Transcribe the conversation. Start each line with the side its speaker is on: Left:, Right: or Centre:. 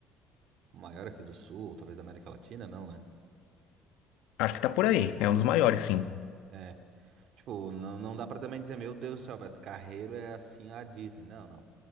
Right: maior aqui do Sul, talvez da América Latina, não, né?
Left: Acho que tá por aí. É um dos maiores, sim.
Right: É. Tipo, não, não dá pra também dizer, meu Deus do céu, Beto Carreiro é assim a Disney. Não, não.